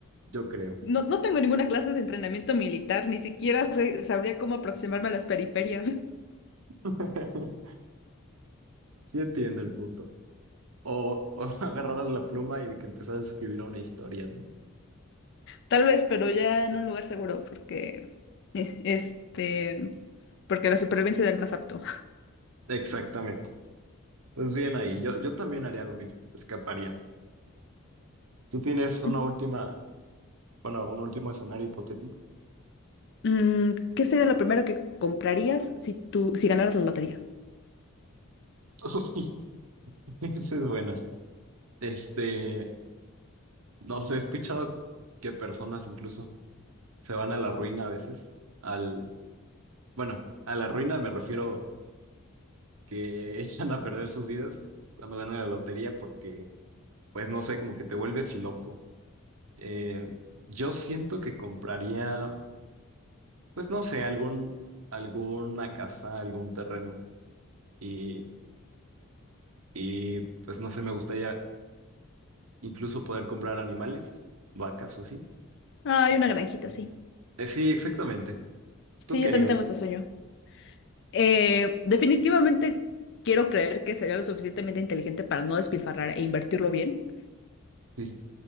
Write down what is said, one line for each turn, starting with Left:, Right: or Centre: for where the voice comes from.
Right: Yo creo.
Left: No, no tengo ninguna clase de entrenamiento militar, ni siquiera sé- sabría cómo aproximarme a las periferias. <laughs>
Right: <laughs> Sí entiendo el punto. O, o <laughs> agarraras la pluma y de que empezaras a escribir una historia, ¿no?
Left: Tal vez, pero ya en un lugar seguro, porque eh, este, porque la supervivencia del más apto.
Right: Exactamente. Pues bien ahí, yo, yo también haría lo mismo, escaparía. Tú tienes una
Left: <laughs>
Right: última, bueno, un último escenario hipotético.
Left: Mm, ¿qué sería lo primero que comprarías si tú, si ganaras la lotería?
Right: <laughs> Esa es buena. Este, no sé, he escuchado que personas incluso se van a la ruina a veces, al, bueno, a la ruina me refiero que <laughs> echan a perder sus vidas cuando ganan la lotería porque, pues no sé, como que te vuelves loco. Eh, yo siento que compraría, pues no sé, algún, alguna casa, algún terreno y, y pues no sé, me gustaría incluso poder comprar animales, vacas o así.
Left: Ah, hay
Right: Entonces,
Left: una granjita, sí.
Right: eh, sí, exactamente.
Left: Sí,
Right: ¿Tú querías?
Left: yo también tengo ese sueño. Eh, definitivamente quiero creer que sería lo suficientemente inteligente para no despilfarrar e invertirlo bien,
Right: Sí.